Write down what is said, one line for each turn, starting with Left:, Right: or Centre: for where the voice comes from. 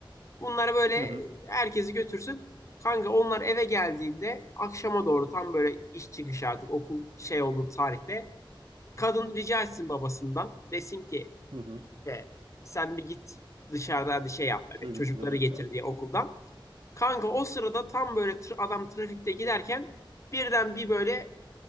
Left: Bunlar böyle
Right: Hı hı.
Left: herkesi götürsün. Kanka onlar eve geldiğinde akşama doğru tam böyle iş çıkışı artık okul şey olduğu tarihte kadın rica etsin babasından desin ki
Right: Hı hı.
Left: e, sen bir git dışarıda hadi şey yap hani
Right: Çocukları
Left: çocukları getir diye okuldan. Kanka o sırada tam böyle tra- adam trafikte giderken birden bir böyle